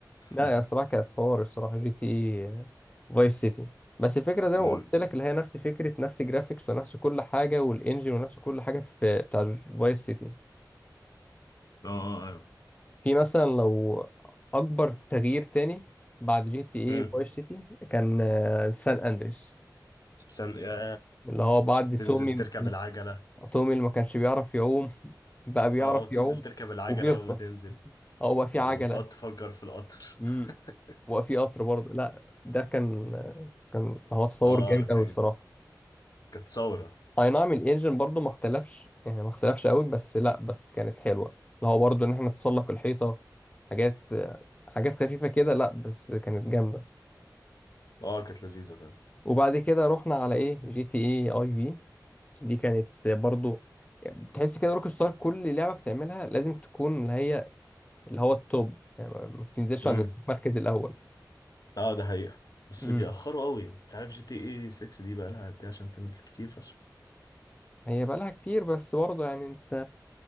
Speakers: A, on the left; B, on the left.
A: لا
B: <laughs>
A: يا صراحه كانت حوار الصراحه جي تي اي فايس سيتي بس الفكره زي
B: امم
A: ما قلت لك اللي هي نفس فكره نفس جرافيكس ونفس كل حاجه والانجن ونفس كل حاجه في بتاع فايس سيتي
B: اه اه آه.
A: في مثلا لو اكبر تغيير تاني بعد جي تي اي
B: امم
A: فايس سيتي كان آه، سان اندريس
B: احسن يا
A: اللي هو بعد تومي
B: تنزل تركب العجله
A: تومي اللي ما كانش بيعرف يعوم بقى بيعرف
B: اه او تنزل
A: يعوم
B: تركب العجله
A: وبيغطس
B: اول ما تنزل
A: هو بقى في
B: وتقعد
A: عجلة
B: تفجر في القطر
A: امم
B: <laughs>
A: وبقى في قطر برضه لا ده كان آه، كان هو تطور
B: اه
A: جامد
B: كان
A: قوي الصراحة
B: كانت ثوره
A: اي نعم الانجن برضه ما اختلفش يعني ما اختلفش قوي بس لا بس كانت حلوة اللي هو برضه ان احنا نتسلق الحيطة حاجات آه، حاجات خفيفة كده لا بس كانت جامدة
B: اه كانت لذيذه
A: وبعد كده رحنا على ايه جي تي اي اي في دي كانت برضو بتحس كده روك ستار كل لعبه بتعملها لازم تكون اللي هي اللي هو التوب يعني ما ما بتنزلش
B: فاهم
A: عن المركز الاول
B: اه ده حقيقة بس
A: امم
B: بيأخروا قوي انت عارف جي تي اي 6 دي بقى لها قد ايه عشان تنزل كتير فشخ
A: هي بقى لها كتير بس برضه يعني انت